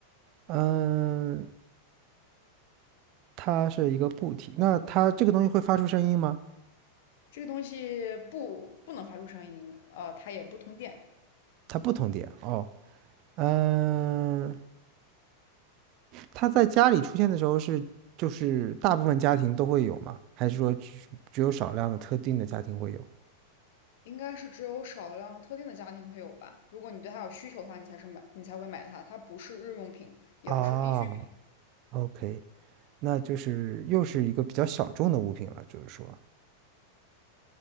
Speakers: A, on the right; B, on the left.
A: 嗯，它是一个固体。那它这个东西会发出声音吗？
B: 这个东西不不能发出声音，呃，它也不通电，
A: 它不通电。哦。嗯，他在家里出现的时候是就是大部分家庭都会有吗？还是说只只有少量的特定的家庭会有？
B: 应该是只有少量特定的家庭会有吧。如果你对它有需求的话，你才是买，你才会买它。它不是日用品，也不是必需品，
A: 啊，OK，那就是又是一个比较小众的物品了，就是说，